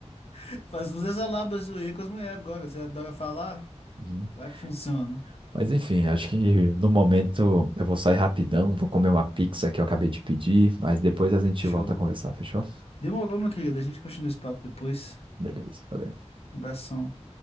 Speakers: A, on the left (about 55°); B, on the right (about 45°).
A: <laughs> Faz, usa essa lábia sua aí com as mulheres agora. Você adora falar?
B: <laughs>
A: Vai que funciona.
B: Mas enfim, acho que no momento eu vou sair rapidão, vou comer uma pizza que eu acabei de pedir, mas depois a gente
A: Show.
B: volta a conversar, fechou?
A: Demorou, meu querido. A gente continua esse papo depois.
B: Beleza, valeu.
A: Abração.